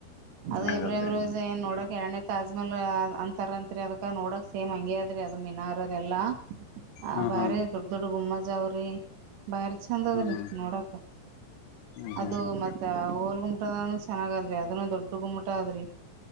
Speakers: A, on the right (about 80°); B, on the left (about 80°).
A: ಅದು
B: ಚೆನ್ನಾಗಾದ್ರಿ
A: ಇಬ್ರಾಹಿಂ ರೋಜಾ ಏ ನೋಡಕ್ ಎಣ್ಣ್ ತಾಜ್ಮಾಲ್ ಅಂತರಂತ್ರಿ ಅದುಕ್ಕ ನೋಡಕ್ ಸೇಮ್ ಹಂಗೆ ಅದ್ರಿ ಅದು ಮೀನಾರ್ ಎಲ್ಲಾ ಆ
B: ಹ್ಮ್
A: ಬಾರಿ
B: ಹ್ಮ್
A: ದೊಡ್ಡ್ ದೊಡ್ಡ್ ಗೊಮ್ಮಜವ್ರಿ ಬಾರಿ ಚಂದ ಅದ್ರಿ
B: ಹ್ಮ್
A: ನೋಡಕ
B: ಹ್ಮ್ ಹ್ಮ್
A: ಅದು ಮತ್ತಾ ಹೋಲ್ ಗುಮಟದಾನು ಚೆನ್ನಾಗದ್ರಿ ಅದನ್ನು ದೊಡ್ಡ ಗುಮ್ಮಟ ಅದ್ರಿ